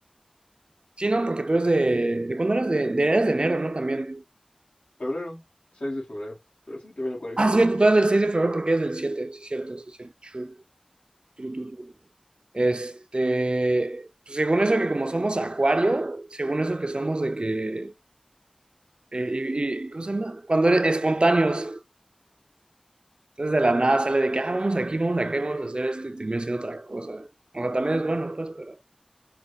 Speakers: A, on the right; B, on the left.
A: sí, ¿no? Porque tú eres de, ¿de cuándo eres? De, de, eres de enero, ¿no? También.
B: Febrero, seis de febrero. Pero sí, también acuario.
A: Ah, sí, tú eres del 6 de febrero porque eres del 7 sí, cierto, sí, cierto. True, true, true, true. Este, pues, según eso que como somos acuario, según eso que somos de que, eh, y, y- ¿cómo se llama? Cuando eres espontáneos, entonces de la nada sale de que, ah, vamos aquí, vamos acá, vamos a hacer esto y termina siendo otra cosa. O sea, también es bueno, pues, pero